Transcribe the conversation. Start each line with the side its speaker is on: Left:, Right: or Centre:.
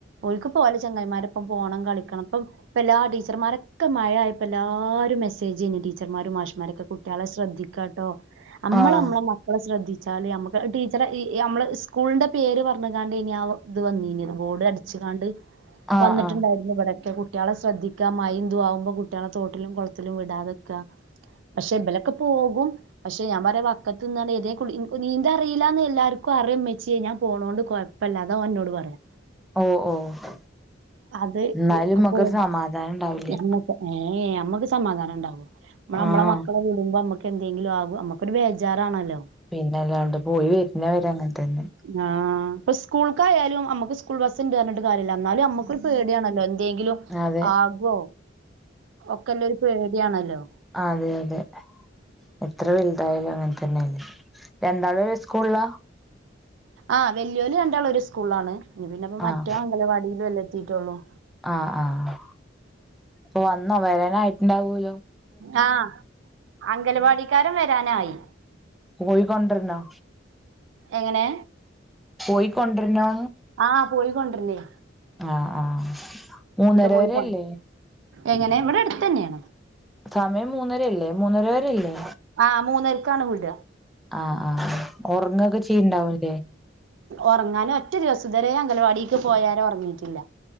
Right: ഓല്ക്കിപ്പം ഓലെ ചങ്ങായിമാരൊപ്പം പോണം കളിക്കണം ഇപ്പം ഇപ്പ എല്ലാ ടീച്ചർമാരൊക്കെ മഴയായപ്പോ എല്ലാരും മെസേജന്നെ ടീച്ചർമാരും മാഷമാരൊക്കെ കു ട്ട്യാളെ ശ്രെദ്ധിക്കാട്ടോ അമ്മള്
Centre: ആഹ്
Right: അമ്മളെ മക്കളെ ശ്രദ്ധിച്ചാല് അമ്മക്ക് ടീച്ചറെ നമ്മള് സ്കൂളിന്റെ പേര് പറഞ്ഞ് ങ്ങാണ്ടേനി ആഹ് ഒ ഇത് വന്നീനിയത് ബോർഡ് അടിച്ച്കാണ്ട്
Centre: ആഹ്
Right: വന്ന്ട്ട്ണ്ടായി
Centre: ആഹ്
Right: ന്ന് ഇവടൊക്കെ കുട്ട്യാളെ ശ്രദ്ധിക്ക മഴിം ഇതു ആവുമ്പോ കുട്ട്യാളെ തോട്ടിലും കൊളത്തിലും വിടാതെക്കാ പക്ഷെ ഇബലൊക്കെ പോകും പക്ഷെ ഞാൻ പറയാ വക്കത്ത് നിന്ന്ങ്ങാണ്ട് ഇതേ കുളി നീന്താറിയില്ലാന്ന് എല്ലാർക്കും അറിയ ഇമ്മച്ചിയെ ഞാൻ പോണോണ്ട് കൊഴ് പ്പല്ലാന്നാ ഓൻ ഇന്നോട് പറയ
Centre: ഓഹ് ഓഹ്
Right: അത്
Centre: ഇന്നാലും മ്മക്കൊരു
Right: പോവും
Centre: സമാധാനം ഇണ്ടാവുല്യ
Right: ഞമ്മക്ക് ഏഹ് അമ്മക്ക് സമാധാനം ഇണ്ടാവോ അമ്മള് അമ്മളെ
Centre: ആഹ്
Right: മക്കളെ വിടുമ്പോ അമ്മക്ക് എന്തെങ്കിലും ആകോ അമ്മക്കൊരു ബേജാറാണല്ലോ
Centre: പിന്നെല്ലാണ്ട് പോയി വരുന്നവരെ അങ്ങൻ തന്നെ
Right: ആഹ് ഇപ്പൊ സ്കൂൾക്കായാലും അമ്മക്ക് സ്കൂൾ ബസ് ഉണ്ട്ന്ന് പറഞ്ഞിട്ട് കാര്യല്ല എന്നാലും അമ്മക്കൊരു പേടിയാണല്ലോ എന്തേങ്കിലും
Centre: അതെ
Right: ആകോ ഒക്കെല്ലെ ഒരു പേടിയാണല്ലോ
Centre: ആഹ് അതെ അതെ എത്ര വലുതായാലും അങ്ങനെ തന്നെയല്ലേ രണ്ടാളും ഒരേ സ്കൂളിലാ
Right: ആഹ് വെല്യോല് രണ്ടാളും ഒരു സ്കൂളിലാണ് ഇപ്പ പിന്നെപ്പ
Centre: ആഹ്
Right: മറ്റോൻ അംഗനവാടിയിലും അല്ലെ എത്തിറ്റൊള്ളു
Centre: ആഹ് ആഹ് പ്പൊ വന്നോ വരാനായിട്ട്ണ്ടാവോലോ
Right: ആഹ് അംഗനവാടിക്കാരൻ വരാനായി
Centre: പോയിക്കൊണ്ടരണോ
Right: എങ്ങനെ
Centre: പോയിക്കൊണ്ടരനോ
Right: ആഹ് പോയികൊണ്ടരണേ
Centre: ആഹ് ആഹ് മൂന്നര
Right: പോയി
Centre: വരല്ലേ
Right: കൊ എങ്ങനെ ഇവിടെ അടുത്തന്നയാ
Centre: സമയം മൂന്നരല്ലേ മൂന്നര വരെല്ലേ
Right: ആഹ് മൂന്നരക്കാണ് വിട
Centre: ആഹ് ആഹ് ഒറങ്ങോക്ക ചെയ്യ്ണ്ടാവുംല്ലേ
Right: ഒറങ്ങാനും ഒറ്റ ദിവസ ഇതുവരെ അംഗലവാടിക്ക് പോയാലും ഒറങ്ങിയിട്ടില്ല